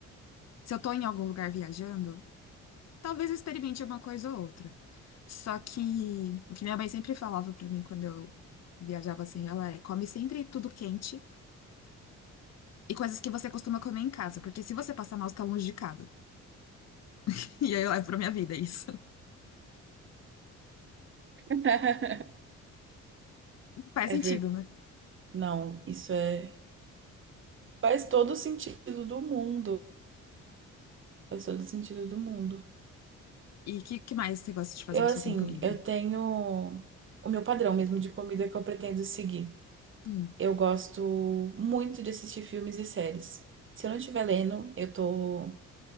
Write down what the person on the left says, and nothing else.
se eu tô em algum lugar viajando, talvez eu experimente uma coisa ou outra. Só que o que minha mãe sempre falava pra mim quando eu viajava assim, ela é: come sempre tudo quente e coisas que você costuma comer em casa, porque se você passar mal, você tá longe de casa. <laughs> E aí eu levo pra minha vida isso.
<laughs> Faz
sentido,
né?
E o que, que mais você gosta de fazer
no
seu tempo livre?
Hum.